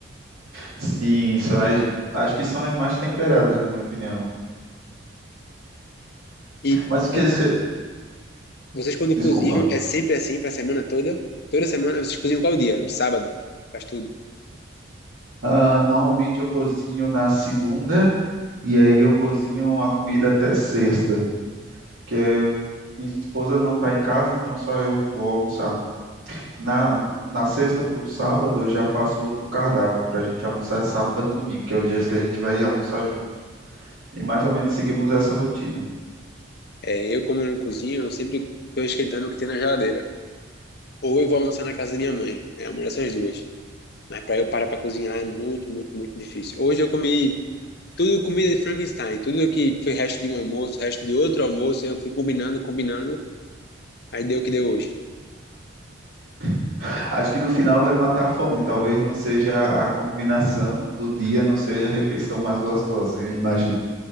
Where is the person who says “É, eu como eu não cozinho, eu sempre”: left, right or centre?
Left